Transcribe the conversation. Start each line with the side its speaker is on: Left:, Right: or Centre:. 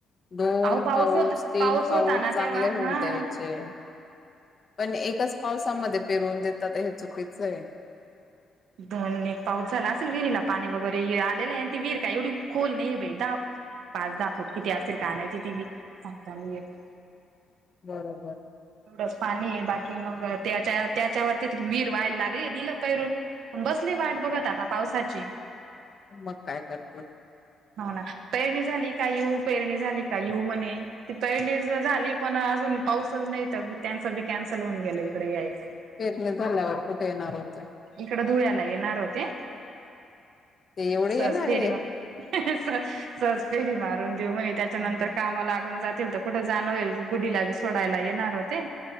Left: दोन
Right: अहो
Left: पाऊस,
Right: होता
Left: तीन पाऊस,
Right: होता ना
Left: चांगले
Right: तेव्हा
Left: होऊ
Right: हा
Left: द्यायचे. पण एकच पावसामध्ये पेरवून देतात हे चुकीचं आहे.
Right: दोन एक पाऊस झाला असेल विहिरीला पाणी वगैरे आलेलं आहे आणि ती विहीर काय एवढी खोल नाही बाई दा पाच दहा फूट किती असेल काय माहिती ती सांगता नाही येत.
Left: बरोबर
Right: एवढंच पाणी बाकी मग त्याच्या त्याच्यावरतीच वीर व्हायला लागले दिलं पहिरून बसली वाट बघत आता पावसाची
Left: मग काय करतो.
Right: ह हो ना पेरणी झाली का यू पेरणी झाली का यू म्हणे ती पेरणी झाली पण अजून पाऊसच नाही तर त्यांचं बी कॅन्सल होऊन गेलं इंकडं यायचं
Left: पेरणी झाल्यावर कुठे येणार होते.
Right: इकड धुळ्याला येणार होते
Left: ते एवढे
Right: सहज
Left: येणार
Right: फेरी
Left: आहे.
Right: म्हण सहज फेरी मारून देऊ म्हणे, त्याच्यानंतर
Left: हम्म.
Right: कामा लागून जातील त कुठं जाण होईल गुड्डीला बी सोडायला येणार होते.